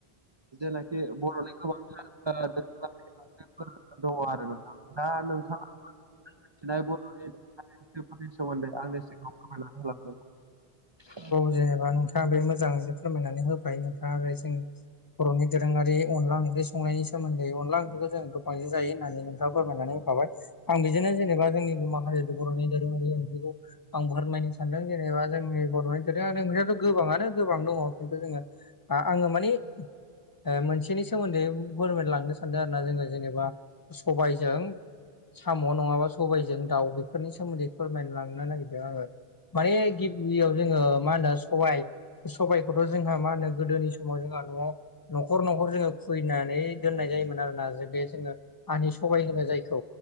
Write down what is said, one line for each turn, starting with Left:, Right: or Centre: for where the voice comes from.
Right: जेनाखि बर'नि गोबांथार <unintelligible> <unintelligible> फोर दङ आरो नोंथां दा नोंथाङा नाय बर'नि सोमोन्दै आंनि सिगाङाव फोरमायनानै होलांदों। औ।
Left: जेनेबा नोंथाङा बे मोजाङैनो फोरमायनानै होबाय नोंथाङा आरो जों बर'नि दोरोङारि अनला ओंख्रि संनायनि सोमोन्दै अनला ओंख्रिखौ जोङो गोबां जायो होननानै बुंङो। खो फोरमायनानै होखाबाय आं बिजोंनो जेनेबा जोंनि माखासे बर'नि दोरोङारि ओंख्रिखौ आं फोरमायनो सानदों जेनेबा जोंनि बर'नि दो जा नोंस्राथ' गोबाङानो गोबां दङ खिन्थु जोङो आ- आङो माने ओ मोनसेनि सोमोन्दै फोरमायलांनो सानदों आरो ना जोङो जेनेबा सबायजों साम' नङाबा सबायजों दाउ बेफोरनि सोमोन्दै फोरमायलांनो नागिरदों आङो माने गिबियाव जोङो मा होनो सबाय सबायखौथ' जोंहा मा होनो गोदोनि समाव जोंहा न'आव न'खर न'खर जोङो खुबैनानै दोननाय जायोमोन आरोना जों बे जोङो हानि सबाय होनो जायखौ,